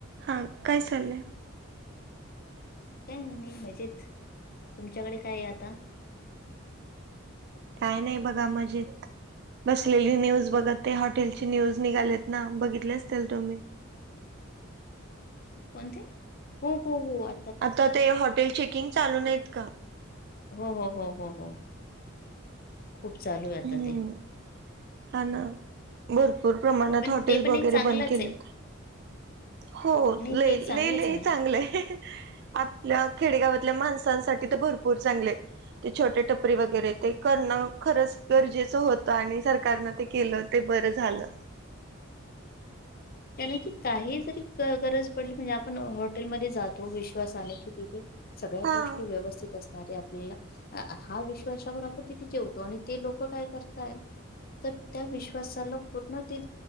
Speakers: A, on the right; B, on the left.
A: हां काय चाललंय
B: काय म्हण नाही मजेत तुमच्याकडे काय आहे आता
A: काय नाही बघा मजेत बसलेली न्यूज बघत ते हॉटेलची न्यूज निघालेत ना बघितले असतील तुम्ही
B: कोणते हो हो हो आ
A: आता ते हॉटेल चेकिंग चालूूनत का
B: हो हो हो हो हो खूप लू आहे आता
A: हम्म
B: ते
A: हा ना बर र प्रमाणात
B: पण
A: हॉटेल
B: ते पण
A: वगैरे
B: एक चांगलंच
A: बंद केले
B: आहे
A: हो
B: नाही
A: ल
B: ते एक चांगलंच
A: लले
B: आहे ना
A: चांगलंय आपल्या खेडेगावातल्या माणसांसाठी तर भरपूर भरपूर चांगले ते छोटे टपरी वगैरे ते करणं खरंच गरजेचं होत आणि सरकारनं ते केलं ते बरं झालं
B: त्याना क काही जरी गरज पडली म्हणजे आपण हॉटेलमध्येध्ये जातो विश्वासाने की तिथे सगळ्या
A: हा
B: गोष्टी व्यवस्थित असत अरे आपल्याला हा विश्वास आपण आपण तिथे जेवतो आणि ते लोक काय करतय तर त्या विश्वासाला पूर्ण ते